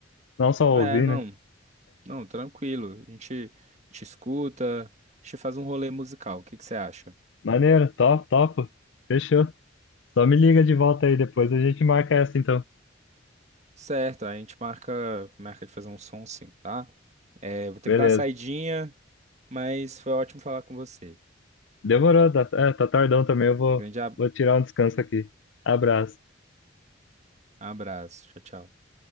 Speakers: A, on the left (about 70°); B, on the right (about 35°).
A: Não só
B: É,
A: ouvir,
B: não,
A: né?
B: não, tranquilo. A gente, a gente escuta, a gente faz um rolê musical. O que que você acha?
A: Maneiro, top, top. Fechou. Só me liga de volta aí depois, a gente marca essa então.
B: Certo, a gente marca, marca de fazer um som sim, tá? É, vou ter
A: Beleza.
B: que dar uma saidinha, mas foi ótimo falar com você.
A: Demorou, tá, é, tá tardão também, eu vou,
B: Grande ab-
A: vou tirar um descanso aqui. Abraço.
B: abraço. Tchau, tchau.